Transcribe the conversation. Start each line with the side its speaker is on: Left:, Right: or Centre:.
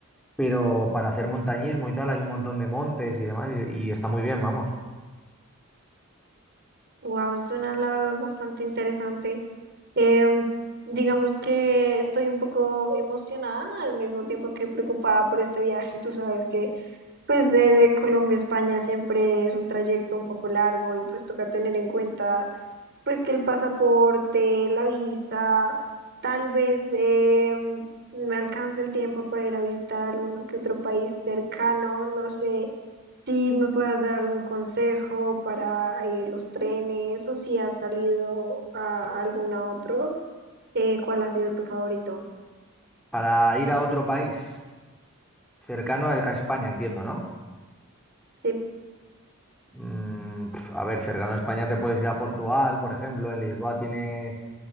Centre: pero para hacer montañismo y tal hay un montón de montes y demás y, y está muy bien, vamos.
Right: wow, suena la verdad bastante interesante. Em, digamos que estoy un poco emocionada al mismo tiempo que preocupada por este viaje. Tú sabes que pues de, de Colombia a España siempre es un trayecto un poco largo y pues toca tener en cuenta pues que el pasaporte, la visa, tal vez eh, me alcance el tiempo para ir a visitar alguno que otro país cercano, no sé si me puedas dar algún consejo para eh, los trenes o si has salido a algún otro, eh, ¿cuál ha sido tu favorito?
Centre: Para ir a otro país cercano a, a España, entiendo, ¿no?
Right: Sí,
Centre: Mm, pf, a ver, cercano a España te puedes ir a Portugal, por ejemplo, en Lisboa tienes